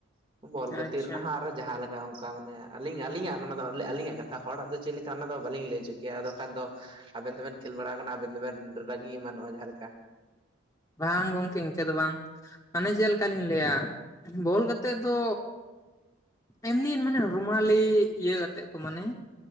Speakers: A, on the right (about 25°); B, on the left (about 15°).
A: ᱵᱚᱞ ᱠᱷᱹᱛᱤᱨ
B: ᱟᱪᱪᱷᱟ
A: ᱨᱮᱱᱟᱜ ᱦᱟᱸᱜ ᱮ ᱡᱟᱦᱟᱸᱮᱠᱟ ᱚᱱᱠᱟ ᱢᱟᱱᱮ ᱟᱹᱞᱤᱧ -ᱟᱹᱞᱤᱧᱟᱜ ᱚᱱᱟ ᱢᱟᱱᱮ ᱫᱚ ᱟᱹᱞᱤᱧᱟᱜ ᱠᱟᱛᱷᱟ ᱦᱚᱲᱟᱜ ᱫᱚ ᱪᱮᱫ ᱞᱮᱠᱟ ᱚᱱᱟ ᱫᱚ ᱵᱟᱞᱤᱧ ᱞᱟᱹᱭ ᱦᱚᱪᱚ ᱠᱮᱭᱟ ᱟᱫᱚ ᱠᱷᱟᱱ ᱫᱚ ᱟᱵᱮᱱ ᱫᱚᱵᱮᱱ ᱠᱷᱮᱞ ᱵᱟᱲᱟ ᱟᱠᱟᱱᱟ, ᱟᱵᱮᱱ ᱫᱚᱵᱮᱱ ᱨᱟᱹᱜᱤ ᱮᱢᱟᱱᱚᱜᱼᱟ ᱡᱟᱦᱟᱸᱞᱮᱠᱟ
B: ᱵᱟᱝ ᱜᱚᱝᱠᱮ ᱤᱱᱠᱟᱹ ᱫᱚ ᱵᱟᱝ ᱢᱟᱱᱮ ᱪᱮᱫ ᱞᱮᱠᱟ ᱞᱤᱧ ᱞᱟᱹᱭᱟ ᱵᱚᱞ ᱜᱟᱛᱮᱜ ᱫᱚ ᱮᱢᱱᱤ ᱢᱟᱱᱮ ᱨᱩᱢᱟᱞᱤ ᱤᱭᱟᱹ ᱠᱟᱛᱮᱜ ᱠᱚ ᱢᱟᱱᱮ